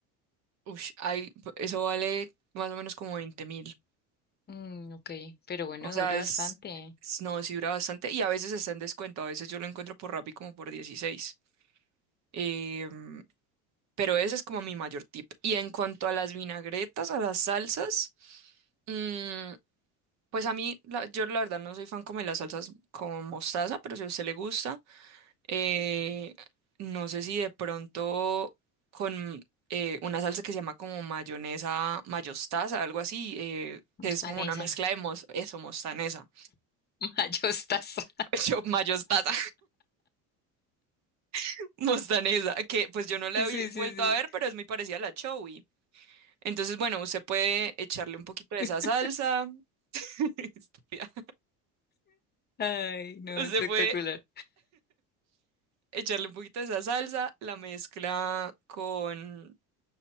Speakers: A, on the right; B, on the left.
A: Ush, hay, eso vale más o menos como veinte mil.
B: Mm, ok, pero bueno,
A: O sea,
B: dura
A: es,
B: bastante.
A: es- no, sí dura bastante y a veces está en descuento. A veces yo lo encuentro por Rappi como por 16. Em, pero ese es como mi mayor tip. Y en cuanto a las vinagretas, a las salsas, mm, pues a mí, la- yo la verdad no soy fan como de las salsas con mostaza, pero si a usted le gusta. Eh, no sé si de pronto con eh, una salsa que se llama como mayonesa mayostaza, algo así, eh,
B: Mostanesa.
A: que es como una mezcla de mos eso, mostanesa.
B: <laughs> Mayostaza.
A: <laughs> Yo, mayostaza, <laughs> mostanesa, que pues yo no la
B: Sí,
A: he vi- vuelto
B: sí, sí.
A: a ver, pero es muy parecida a la chowi. Entonces, bueno, usted puede echarle un poquito de
B: <laughs>
A: esa salsa. <laughs> Estúpida.
B: Ay, no,
A: Usted
B: espectacular.
A: puede echarle un poquito de esa salsa, la mezcla con,